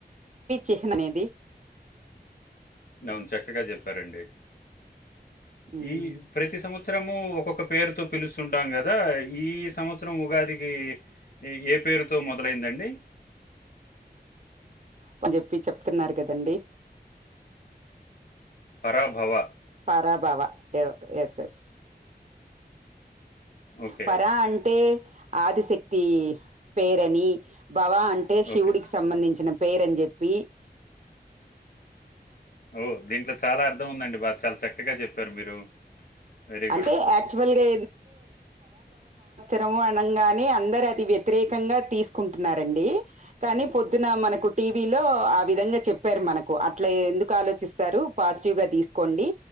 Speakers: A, on the right; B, on the left.
A: చిహ్నం ఇది.
B: అవును చక్కగా చెప్పారండి.
A: ఉమ్,
B: ఈ ప్రతి సంవత్ సంవత్సరం ఒకా ఒక పేరుతో పిలుస్తుంటం గద. కదా ఈ సంవత్సరం ఉగాదికి ఏ పేరుతో మొదలైందండి.
A: కొని చెప్పి చెప్తున్నారు కదండి.
B: పరాభవ
A: పరాభావా ఎధో ఎస్ ఎస్
B: ఓకే.
A: పరా అంటే ఆదిశక్తి పేరు అని భవా అంటే శివుడికి
B: ఓకే.
A: సంబంధించిన పేరుని చెప్పి. పి
B: ఓ దీంట్లో చాలా అర్థం ఉందండి బా చాలా చక్కగా చెప్పారు. మీరు వెరీ గుడ్
A: అంటే యాక్చువల్గా ప్రమాణం ని అందరు అది వ్యతిరేకంగా తీసుకుంటున్నారండి. కానీ పొద్దున మనకు టీవీలో ఆ విధంగా చెప్ చేపరూ మనకు అట్లా ఎందుకు ఆలోచిస్త. పాజిటివ్ గా తీసుకోండి